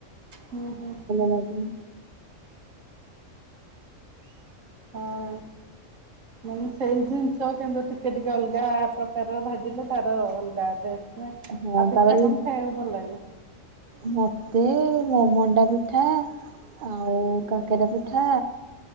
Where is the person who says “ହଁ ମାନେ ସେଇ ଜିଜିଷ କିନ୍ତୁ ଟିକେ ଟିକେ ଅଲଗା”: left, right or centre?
Right